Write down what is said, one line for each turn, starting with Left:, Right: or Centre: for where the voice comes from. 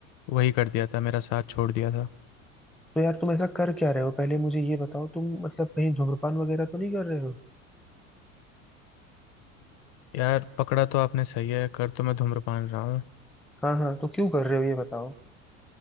Left: वही कर दिया था मेरा साथ छोड़ दिया था
Centre: तो यार तुम ऐसा कर क्या रहे हो पहले मुझे ये बताओ तुम मतलब कहीं धूम्रपान वगैरह तो नहीं कर रहे हो
Left: यार पकड़ा तो आपने सही है कर तो मैं धूम्रपान रहा हूँ
Centre: हाँ हाँ तो क्यों कर रहे हो ये बताओ